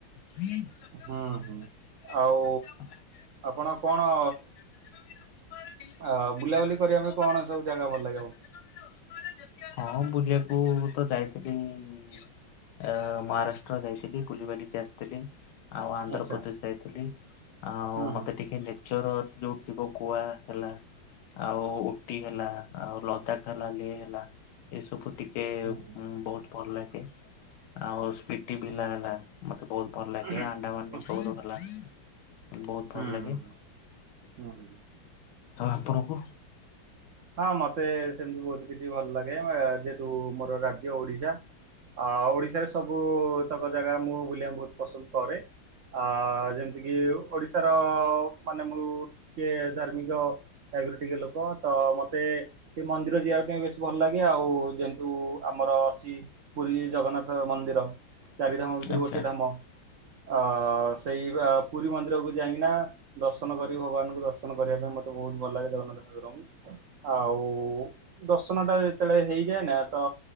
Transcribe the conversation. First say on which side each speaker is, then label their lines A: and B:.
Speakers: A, on the left; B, on the right.
A: ହଁ
B: ହୁଁ ହୁଁ ଆଉ ଆପଣ କଣ? ଆଉ ବୁଲାବୁଲି କରିବା ପାଇଁ କଣ ସବୁ ଜାଗା ଭଲ ଲାଗେ?
A: ହଁ ବୁଲିବାକୁ ତ ଯାଇଥିଲି। ହୁଁ ଆ ମହାରାଷ୍ଟ୍ର ଯାଇଥିଲି ବୁଲିିବାଲିିକି ଆସିଥିଲି। ଆଉ ଆନ୍ଧ୍ରପ୍ରଦେଶ
B: ଆଚ୍ଛା
A: ଯାଇଥିଲି, ଆଉ
B: ହୁଁ
A: ମତେଟିକେ
B: ହୁଁ
A: ନେଚର ଯୋଉଠି ଥିବ କୁଆ ହେଲା ଆଉ ଉଟି ହେଲା ଆଉ ଲଦାଖ ହେଲା ଲି ହେଲା ଏସବୁ ଟି କେ
B: ହୁଁ
A: ବହୁତ ଭଲଲାଗେ। ଆଉ ସ୍ପିଟିଭିଲା ହେଲା ମତେ ବହୁତ ଭଲ ଲାଗେ,
B: ହୁଁ
A: ଆଣ୍ଡାମାନନିକୋବର
B: ହୁଁ
A: ହେଲା ବହୁତ ଭଲ
B: ହୁଁ
A: ଲାଗେ
B: ହୁଁ ହୁଁ ହୁଁ।
A: ଆଉ ଆପଣକୁ?
B: ହଁ ମତେ ସେମିତି ବହୁତ କିଛି ଭଲଲାଗେ, ଯେହେତୁ ମୋର ରାଜ୍ୟ ଓଡିଶା। ଆ ଓଡିଶାରେ ସବୁ ତକ ଜାଗା ମୁଁ ବୁଲିବା କୁ ବହୁତ ପସନ୍ଦ କରେ। ଆ ଯେମିତିକିି ଓଡିଶାର ମାନେ ମୁଁ ଟିକେ ଧାର୍ମିକ ଏଗରୁ ଟିକେ ଲୋକ ତ ମତେ ମତେ ସେ ମନ୍ଦିର ଯିବା ପାଇଁ ବେଶି ଭଲ ଲାଗେ, ଆଉ ଯେହେତୁ ଆମର ଅଛି ପୁରୀ ଜଗନ୍ନାଥ ମନ୍ଦିର ଚାରିଧାମ ଭିତରୁ
A: ଆଚ୍ଛା
B: ଗୋଟିଏ ଧାମ। ଅ ସେଇବା ପୁରୀ ମନ୍ଦିରକୁ ଯାଇକିନା ଦର୍ଶନ କରି ଭଗବାନଙ୍କୁ ଦର୍ଶନ କରିବା ପାଇଁ ମତେ ବହୁତ ଭଲଲାଗେ ଜଗନ୍ନାଥ ଠାକୁରଙ୍କୁ ଆଉ ଦର୍ଶନ ଟା ଯେତେବେଳେ ହେଇଯାଏନା ତ